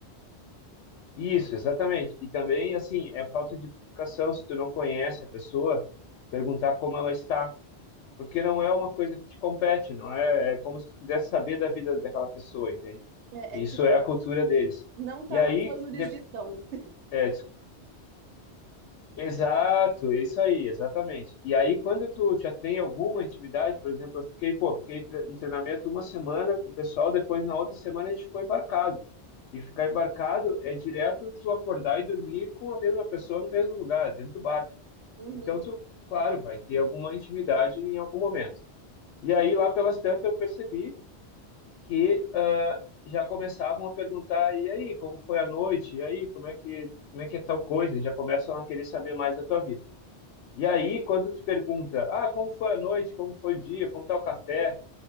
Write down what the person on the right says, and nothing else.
É,
é tipo,
não tá
na sua jurisdição.
Uhum.